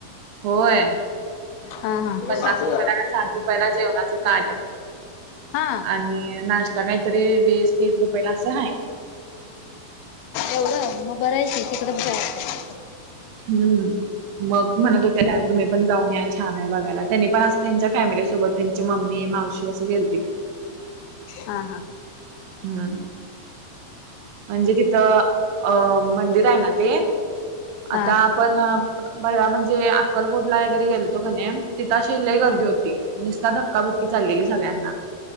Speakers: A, on the right (about 75°); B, on the left (about 80°).
A: होय.
B: हा हा तुला
A: पन्नास
B: सांगतोय
A: रुपयाला
B: जरा
A: आणि साठ रुपयाला जेवणाचं ताट.
B: हा
A: आणि नाश्ता, काहीतरी वीस, तीस रुपयला असं हाय.
B: एवढं? मग बरय की तिकडंच जायचं.
A: हम्म! मग म्हणत होत्या त्या, तुम्ही पण जाऊन या छान आहे बघायला, त्यांनी पण अस त्यांच्या फॅमिलीसोबत त्यांची मम्मी, मावशी, असं गेलतीत.
B: हा
A: हम्म! म्हणजे तिथं अ मंदिर आहे ना ते आता
B: हा हा
A: आपण परवा म्हणजे, अक्कलकोटला वगैरे गेलतो क नाही, तिथं आशी लई गर्दी
B: हा
A: होती. निस्ता धक्काबुक्की चाललेली सगळ्यांना.